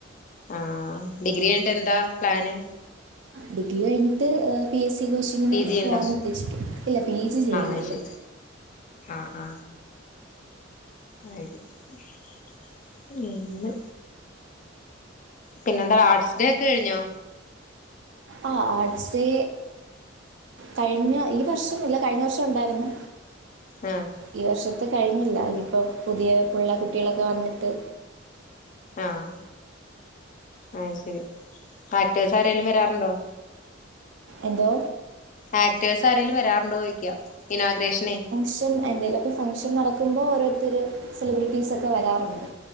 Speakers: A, on the left; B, on the right.
A: ആഹ് ഡിഗ്രി കഴിഞ്ഞിട്ടെന്താ പ്ലാന്?
B: ഡിഗ്രി കഴിഞ്ഞിട്ട് ഏഹ് പി എസ് സി കോച്ചിങ്ങിന്
A: പി ജി
B: പോവാൻ
A: ഉണ്ടോ
B: ഉദ്ദേശിക്ക്ന്ന് ഇല്ല പി ജി ചെയ്യുന്നില്ല.
A: അത് ശരി ആഹ് ആഹ്. ആയില്ല്യ <unintelligible> അങനെ പിന്നെന്താ ആർട്സ്ഡേ ഒക്കെ കഴിഞ്ഞോ?
B: ആ ആട്സ് ഹേ കയ്ഞ്ഞ ഈ വർഷം ഇല്ല കയ്ഞ്ഞ വർഷം ഇണ്ടാര്ന്നു.
A: ആഹ്.
B: ഈ വർഷത്ത് കഴിഞ്ഞില്ല ഇനി ഇപ്പൊ പുതിയ പിള്ളേ കുട്ടികളൊക്കെ വന്നിട്ട്.
A: ആഹ് ആത് ശരി ആക്‌ടേഴ്സ് ആരേലും വരാറുണ്ടോ?
B: എന്തോ?
A: ആക്ടേഴസ് ആരെേങ്കിലും വരാറുണ്ടോ ചോയ്ക്ക്യ ഇനാഗു റേഷനെ?
B: ഷൻ എന്തേലൊക്കെ ഫംഗ്ഷൻ നടക്കുമ്പോ ഓരോര്ത്തര് സെലിബ്രിറ്റീസൊക്കെ വരാറ്ണ്ട്.